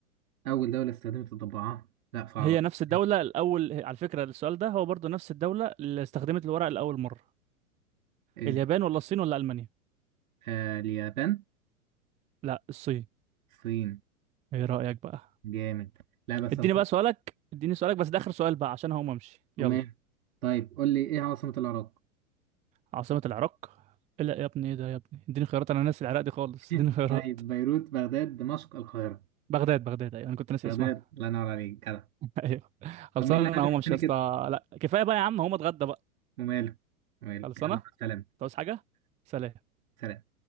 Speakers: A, on the right; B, on the right.
A: اول دولة استخدمت الضبعة لا صعبة
B: هي نفس الدولة
A: دي.
B: الأول على فكرة السؤال ده هو برضو نفس الدولة اللي استخدمت الورق لأول مرة
A: إيه؟
B: اليابان ولا الصين ولا ألمانيا
A: آه اليابان
B: لا الصين
A: الصين
B: ايه رأيك بقى
A: جامد لا بس
B: اديني
A: اظن
B: بقى سؤالك اديني سؤالك بس ده آخر سؤال بقى عشان هقوم امشي يلا
A: عمان طيب قول لي ايه عاصمة العراق
B: عاصمة العراق لا يا ابني ايه ده يا ابني اديني خيارات انا ناسي العراق دي خالص
A: <laughs>
B: اديني خيارات
A: طيب بيروت بغداد دمشق القاهرة
B: بغداد بغداد ايوه انا كنت ناسي
A: بغداد
B: اسمها
A: الله ينور عليك جدع
B: <laughs> ايوه خلصان
A: طب مين اللي
B: انا
A: عازم
B: هقوم
A: التاني
B: امشي يا
A: كده
B: اسطى لا كفايه بقى يا عم هقوم اتغدى بقى
A: وماله وماله
B: خلصانه
A: يلا
B: انت
A: مع السلامة
B: عاوز حاجه سلام
A: سلام